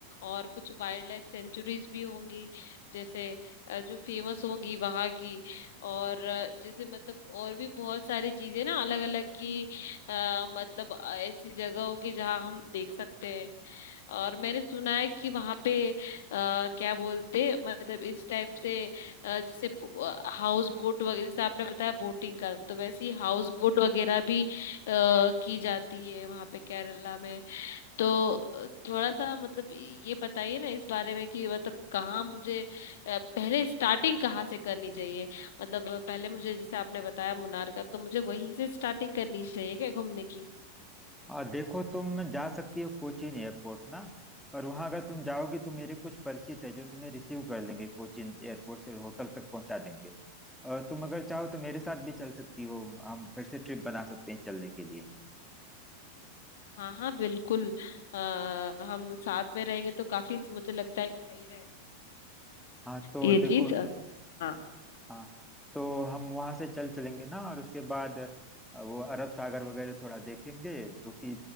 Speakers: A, on the left; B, in the centre.
A: और कुछ वाइल्ड लाइफ सेंचुरीज भी होंगी जैसे अ, जो फेमस होंगी वहां की और अ, जैसे मतलब और भी बहुत सारी चीजें ना अलग अलग की आ, मतलब अ, ऐसी जगह होगी जहाँ हम देख सकते हैं और मैंने सुना है कि वहां पे आ, क्या बोलते मतलब इस टाइप से अ, जैसे हाउस बोट वगैरह जैसे आपने बताया बोटिंग का तो वैसे ही हाउस बोट वगैरह भी आ, की जाती है वहां पे केरला में तो अ, थोड़ा सा मतलब ये बताइए ना इस बारे में कि मतलब कहाँ मुझे अ, पहले स्टार्टिंग कहाँ से करनी चाहिए मतलब अ, पहले मुझे जैसे आपने बताया मुनार का तो मुझे वहीं से स्टार्टिंग करनी चाहिए क्या घूमने की
B: और देखो तुम जा सकती हो कोचीन एयरपोर्ट ना और वहाँ अगर तुम जाओगी तो मेरे कुछ परिचित है जो तुम्हें रिसीव कर लेंगे कोचीन एयरपोर्ट से होटल तक पहुँचा देंगे और तुम अगर चाहो तो मेरे साथ भी चल सकती हो हम फिर से ट्रिप बना सकते हैं चलने के लिए
A: हाँ हाँ बिल्कुल आ, हम साथ में रहेंगे तो काफी मुझे लगता है कि सही रहेगा
B: हाँ तो
A: ये
B: देखो
A: चीज हाँ
B: हाँ तो हम वहां से चल चलेंगे ना और उसके बाद अ, वो अरब सागर वगैरह थोड़ा देखेंगे जो कि